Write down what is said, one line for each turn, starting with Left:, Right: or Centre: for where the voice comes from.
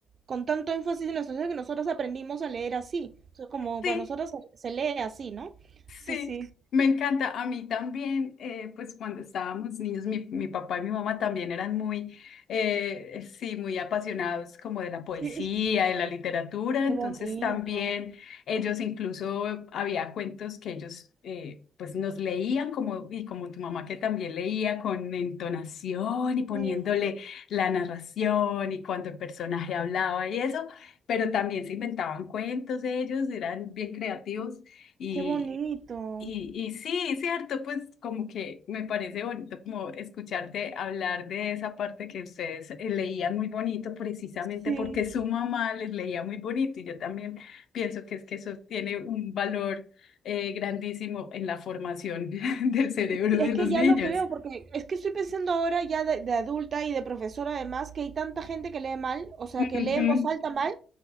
Right: con tanto énfasis en la sociedad que nosotros aprendimos a leer así, o sea, como
Left: Sí,
Right: para nosotros se, se lee así, ¿no?
Left: Sí,
Right: Sí, sí,
Left: me encanta. A mí también, eh, pues cuando estábamos niños, mi, mi papá y mi mamá también eran muy, eh, sí, muy apasionados como de la poesía,
Right: sí, <laughs>
Left: de la literatura.
Right: qué
Left: Entonces
Right: bonito,
Left: también ellos incluso había cuentos que ellos eh, pues nos leían como, y como tu mamá que también leía con entonación y poniéndole
Right: sí,
Left: la narración y cuando el personaje hablaba y eso, pero también se inventaban cuentos ellos, eran bien creativos. Y,
Right: qué bonito,
Left: y, y sí, cierto, pues como que me parece bonito como escucharte hablar de esa parte que ustedes eh, leían muy bonito precisamente
Right: sí.
Left: porque su mamá les leía muy bonito y yo también pienso que es que eso tiene un valor eh, grandísimo en la formación <laughs> del cerebro
Right: Sí,
Left: de
Right: es que
Left: los
Right: ya
Left: niños.
Right: lo creo, porque es que estoy pensando ahora ya de, de adulta y de profesora además que hay tanta gente que lee mal, o sea,
Left: Ujú.
Right: que lee en voz alta mal,